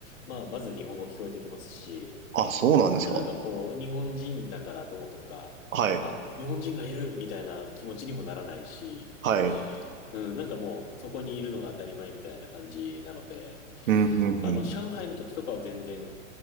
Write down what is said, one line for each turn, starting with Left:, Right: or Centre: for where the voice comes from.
Left: まあ、まず日本語聞こえてきますし、
Right: あ、そうなんですか
Left: あ、なんかこう、日本人だからどうとか、
Right: はい、
Left: あ、日本人がいるみたいな気持ちにもならないし、
Right: はい、
Left: うん、なんかもう、そこにいるのが当たり前みたいな感じなので、
Right: うん、うん、
Left: あの、
Right: うん。
Left: 上海の時とかは全然、